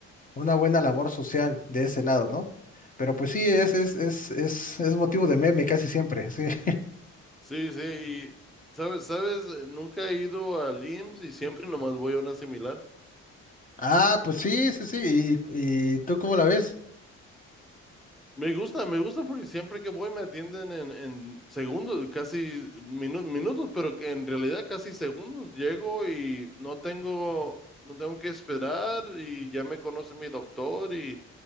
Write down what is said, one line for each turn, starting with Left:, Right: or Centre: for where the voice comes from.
Left: una buena labor social de ese lado, ¿no? Pero pues sí, es, es, es, es, es motivo de meme casi siempre, sí. <laughs>
Centre: Sí, sí, y sabes, sabes, nunca he ido al IMSS y siempre nomás voy a una similar.
Left: Ah, pues sí, sí, sí. ¿Y, y tú cómo la ves?
Centre: Me gusta, me gusta porque siempre que voy me atienden en, en segundos, casi minu- minutos, pero que en realidad casi segundos. Llego y no tengo, no tengo que esperar y ya me conoce mi doctor y